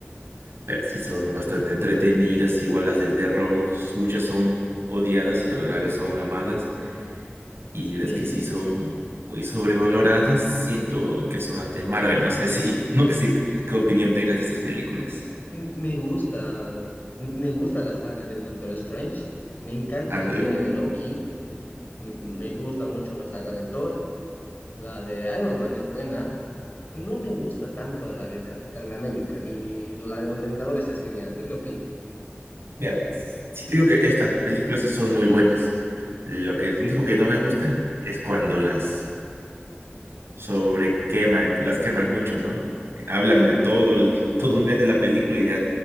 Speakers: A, on the right; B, on the left.
A: Pero sí son bastante entretenidas, igual las del terror, muchas son odiadas y a la vez son amadas, y las
B: Sí,
A: que sí son muy sobrevaloradas, siento que son las de Marvel, no sé <laughs> si, no que sí, qué opinión tengas de estas películas.
B: M- Me gusta, me gusta la saga del Doctor Strange, me encanta
A: Ándale.
B: la serie de Loki, m- me gusta mucho la saga de Thor, la de Iron Man es buena, no me gusta tanto la del Capitán América y la de los Vengadores es genial. ¿Tú qué opinas?
A: Mira, sí te digo que estas películas sí son muy buenas. Lo que lo dijo que no me gusta es cuando las sobrequeman, las queman mucho, ¿no? Hablan
B: Sí,
A: de todo el- todo un mes de la película y ya